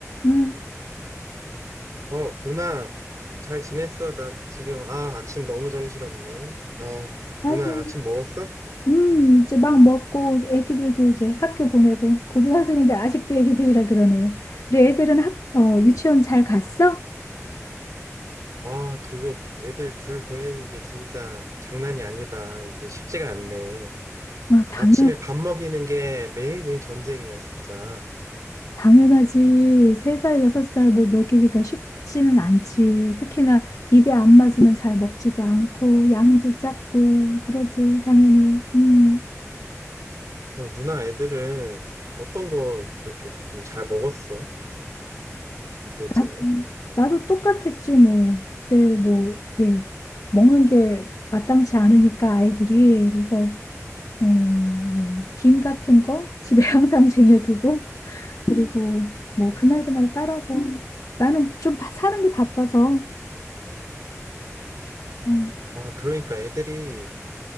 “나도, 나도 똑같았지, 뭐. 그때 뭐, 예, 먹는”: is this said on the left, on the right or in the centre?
Left